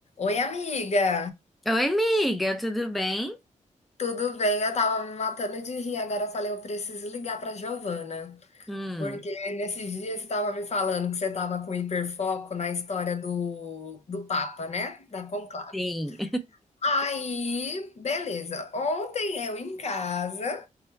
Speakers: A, on the left (about 55°); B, in the centre.
A: Oi, amiga!
B: Oi, amiga, tudo bem?
A: Tudo bem, eu tava me matando de rir, agora eu falei, eu preciso ligar pra Giovana,
B: Hum,
A: porque nesses dias você tava me falando que você tava com hiperfoco na história do, do Papa, né? Da conclave.
B: sim.
A: Aí, beleza. Ontem eu em casa